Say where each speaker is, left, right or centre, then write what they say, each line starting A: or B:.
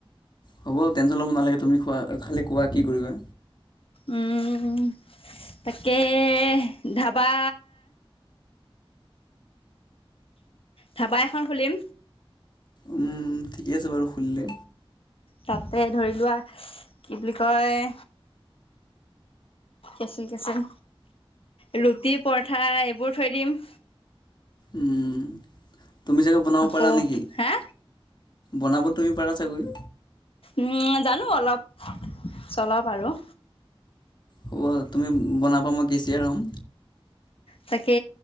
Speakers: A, on the left; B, on the left.
A: হ'ব টেনশ্যন ল'ব নালাগে তুমি খোৱা খালি কোৱা কি কৰিবা।
B: উম, তাকে ধাবা ধাবা এখন খুলিম।
A: উম ঠিকে আছে বাৰু খুলিলে।
B: তাতে ধৰি লোৱা কি বুলি কয়, কেচিন কেচিন ৰুটি, পৰঠা এইবোৰ থৈ দিম
A: উম তুমি ছাগে বনাব
B: আকৌ
A: পাৰা নেকি?
B: হা
A: বনাব তুমি পাৰা চাগৈ।
B: উম জানো অলপ। চলাওবাৰু
A: হ'ব তুমি বনাবা মই কেচিয়াৰ হ'ম।
B: তাকে